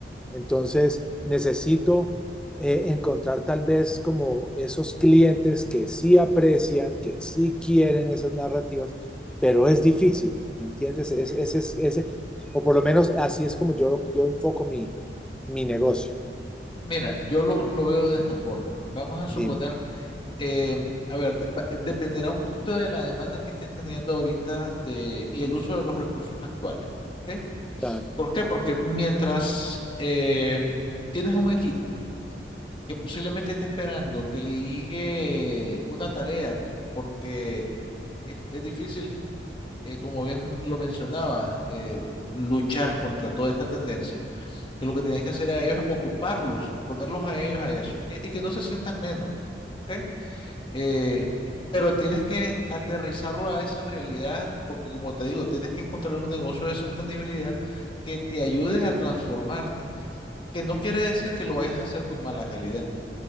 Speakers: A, in the centre; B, on the left.
A: Entonces, necesito eh, encontrar tal vez como esos clientes que sí aprecian, que sí quieren esas narrativas, pero es difícil, ¿me entiendes? Es, es- es- es- o por lo menos así es como yo, yo enfoco mi, mi negocio.
B: mira, yo lo, lo veo de esta forma. Vamos a suponer,
A: Dime.
B: eh, a ver, de- va- eh, dependerá un poquito de la demanda que estés teniendo ahorita de, y el uso de los recursos actuales. ¿ok?
A: Claro,
B: ¿Por qué? Porque mientras eh, tienes un equipo, que posiblemente esté esperando que le llegue una tarea, porque es, es difícil, eh, como bien lo mencionaba, eh, luchar contra toda esta tendencia, que lo que tienes que hacer a ellos es ocuparlos y ponerlos a ellos a eso, y que, y que no se sientan menos, ¿ok? Eh, pero tienes que aterrizarlo a esa realidad, porque como te digo, tienes que encontrar un negocio de sostenibilidad que te ayude a transformarte, que no quiere decir que lo vayas a hacer con mala calidad